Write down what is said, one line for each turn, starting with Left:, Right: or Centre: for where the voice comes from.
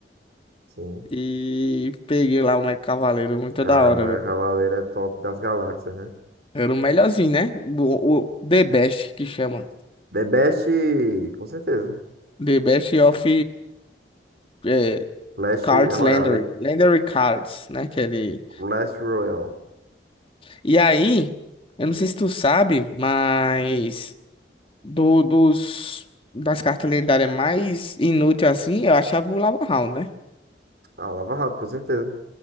Right: Sim.
Left: E peguei lá o Mega Cavaleiro, muito
Right: Cara,
Left: da hora,
Right: o Mega
Left: velho.
Right: Cavaleiro é top das galáxias, né?
Left: Era o melhorzinho, né? O, o The Best, que chama.
Right: The Best, com certeza.
Left: The Best of eh,
Right: Clash
Left: Cards
Right: Royale.
Left: Legendary. Legendary Cards, né? Que é de
Right: Clash Royale.
Left: E aí, eu não sei se tu sabe, mas do, dos das cartas lendárias mais inúteis assim, eu achava o Lava Hound, né?
Right: Ah, Lava Hound, com certeza.